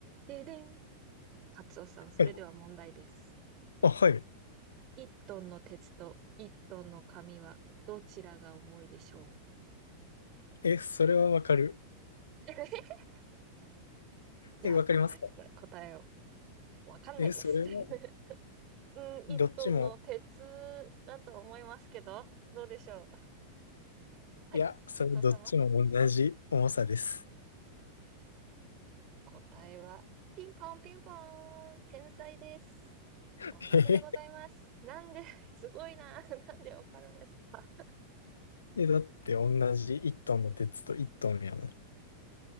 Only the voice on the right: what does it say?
ででん。カツオさん、それでは問題です。
一トンの鉄と一トンの紙はどちらが重いでしょ
う <laughs> じゃあ、
答えてくれ、答えを。わかんないです。
<laughs> うん、一トンの鉄だと思いますけど、
どうでしょう。はい、
カツオ様。答えは、ピンポンピンポーン、天才です。
同じでございます。
なんで、すごいな。なんでわかるんですか。
<laughs>